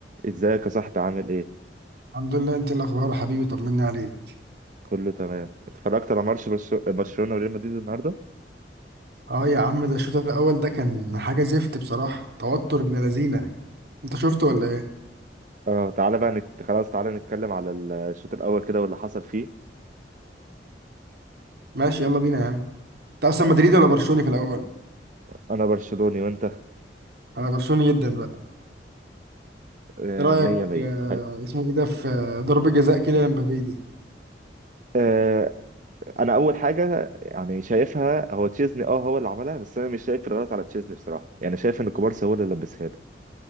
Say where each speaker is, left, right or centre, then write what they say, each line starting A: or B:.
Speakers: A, on the right (about 45°); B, on the right (about 65°).
A: ازيك يا صاحبي عامل ايه؟
B: الحمد لله انت إيه الاخبار يا حبيبي طمني عليك
A: كله تمام اتفرجت على ماتش برشو- برشلونة وريال مدريد النهارده؟
B: اه يا عم ده الشوط الاول ده كان حاجه زفت بصراحه توتر ابن لذينه انت شفته ولا ايه
A: اه تعالى بقى نت... خلاص تعالى نتكلم على الشوط الاول كده واللي حصل فيه
B: ماشي يلا بينا يا عم انت اصلا مدريدي ولا برشلوني في الاول
A: انا برشلوني وانت
B: انا برشلوني جدا بقى
A: آه،
B: ايه رايك
A: مية مية
B: آه
A: حلو
B: اسمه ايه ده في آه، ضربه جزاء كيليان مبابي دي
A: آه، انا اول حاجه يعني شايفها هو تشيزني اه هو اللي عملها بس انا مش شايف الغلط على تشيزني بصراحه يعني شايف ان كوبارسي هو اللي لبسها له